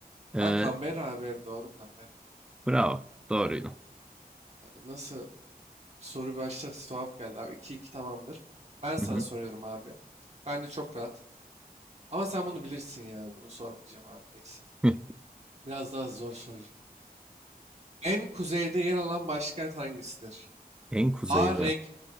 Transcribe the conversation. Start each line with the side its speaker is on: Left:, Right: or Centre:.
Centre: Ee,
Right: Ha Canberra abi. Doğru Canberra.
Centre: Bravo. Doğruydu.
Right: Ee, Nasıl soru başta tuhaf geldi abi. iki iki tamamdır. Ben sana
Centre: Hı hı.
Right: soruyorum abi. Ben de çok rahat. Ama sen bunu bilirsin ya. Bunu sormayacağım abi neyse.
Centre: Hı.
Right: Biraz daha zor soracağım. En kuzeyde yer alan başkent hangisidir?
Centre: En kuzeyde.
Right: A. Reyk.